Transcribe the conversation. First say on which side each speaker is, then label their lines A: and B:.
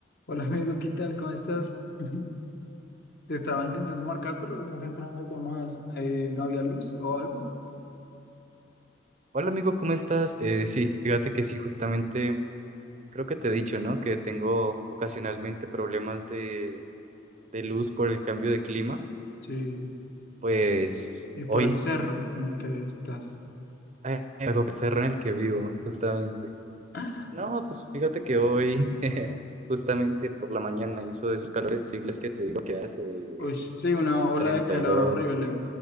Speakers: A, on the left; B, on the right.
A: Hola amigo, ¿qué tal? ¿Cómo estás? <laughs> Te estaba intentando marcar, pero no te entraban las llamadas. Eh, ¿no había luz o algo?
B: Hola amigo, ¿cómo estás? Eh, sí, fíjate que sí, justamente creo que te he dicho, ¿no? Que tengo ocasionalmente problemas de, de luz por el cambio de clima.
A: Sí,
B: Pues
A: y por
B: hoy
A: el cerro en el que estás.
B: eh, me tocó el cerro en el que vivo, justamente.
A: <laughs>
B: No, pues fíjate que hoy, <laughs> justamente por la mañana, hizo de esos calores horribles que te digo que hace de
A: Uy, sí, una ola
B: treinta
A: de calor
B: y dos.
A: horrible.